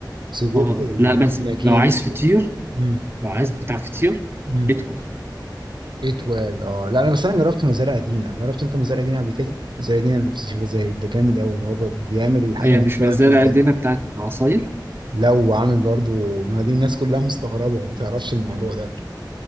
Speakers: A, on the right (about 80°); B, on the right (about 30°).
A: سجق
B: اه
A: وجبنه
B: لا بس
A: كيري
B: لو عايز
A: وكده.
B: فطير
A: امم
B: لو عايز بتاع فطير
A: امم
B: ادخل
A: اتوال اه لا انا بس انا جربت مزارع دينا جربت انت مزارع دينا قبل كده مزارع دينا اللي في الشيخ زايد ده جامد قوي اللي هو بيعمل الحاجه
B: هي
A: وانت
B: مش مزالة
A: واقف قدام
B: قدنا بتاعت عصاير
A: لا وعامل برضو ما دي الناس كلها مستغربة وما تعرفش الموضوع ده